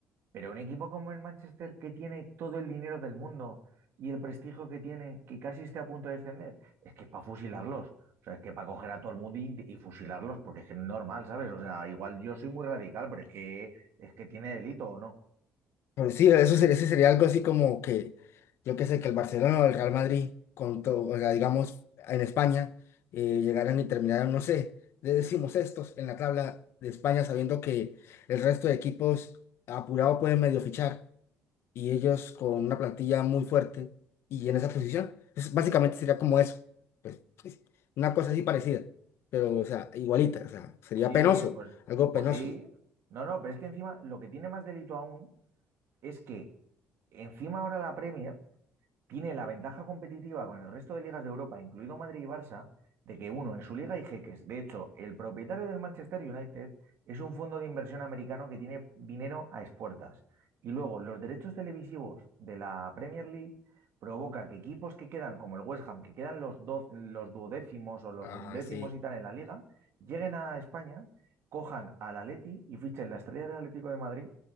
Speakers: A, on the right; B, on the left.
A: Pero un equipo como el Manchester que tiene todo el dinero del mundo y el prestigio que tiene, que casi esté a punto de descender, es que para fusilarlos. O sea, es que para coger a todo el mundo y, y fusilarlos, porque es que no es normal, ¿sabes? O sea, igual yo soy muy radical, pero es que es que tiene delito, ¿o no?
B: Pues sí, eso sería, ese sería algo así como que, yo qué sé, que el Barcelona o el Real Madrid, con todo, o sea, digamos, en España, eh, llegaran y terminaran, no sé, de decimos estos en la tabla de España, sabiendo que el resto de equipos apurado pueden medio fichar y ellos con una plantilla muy fuerte y en esa posición, es- básicamente sería como eso, pues, pues, una cosa así parecida, pero, o sea, igualita, o sea, sería
A: Sí,
B: penoso,
A: pues,
B: algo
A: pues
B: penoso.
A: sí. No, no, pero es que encima lo que tiene más delito aún es que encima ahora la Premier tiene la ventaja competitiva con el resto de ligas de Europa, incluido Madrid y Barça, de que uno, en su liga hay jeques. De hecho, el propietario del Manchester United es un fondo de inversión americano que tiene dinero a expuertas. Y luego, los derechos televisivos de la Premier League provoca que equipos que quedan, como el West Ham, que quedan los, doz- los duodécimos o los
B: Ajá,
A: undécimos
B: sí.
A: y tal en la liga, lleguen a España, cojan al Atleti y fichen la estrella del Atlético de Madrid